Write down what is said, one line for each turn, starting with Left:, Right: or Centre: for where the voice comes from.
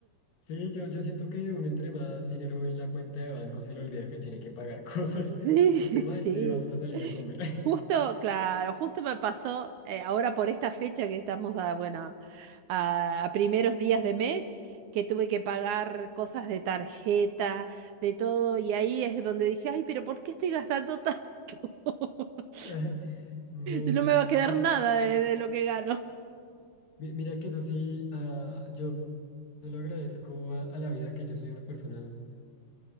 Left: Sí, yo, yo siento que uno entre más dinero en la cuenta de banco se le olvida que tiene que pagar <laughs> cosas.
Right: Sí,
Left: Es
Right: <laughs>
Left: como,
Right: sí.
Left: ay, sí, vamos a salir a comer.
Right: Justo, claro, justo me pasó eh, ahora por esta fecha que estamos a, bueno, a, a primeros días de mes, que tuve que pagar cosas de tarjeta, de todo, y ahí es donde dije, ay, pero ¿por qué estoy gastando tanto? <laughs>
Left: <laughs> No,
Right: No me va a quedar
Left: mira,
Right: nada de, de lo que gano.
Left: mi- mira que eso sí, ah, yo Se lo agradezco a, a la vida que yo soy una persona,